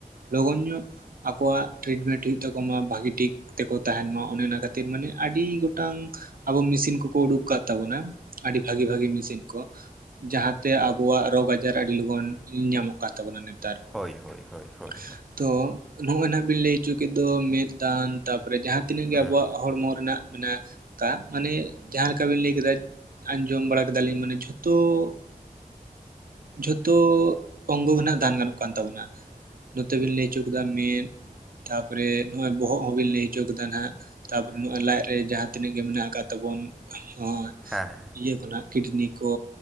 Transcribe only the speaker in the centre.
ᱦᱳᱭ ᱦᱳᱭ ᱦᱳᱭ ᱦᱳᱭ
ᱦᱮᱸ
ᱦᱮᱸ᱾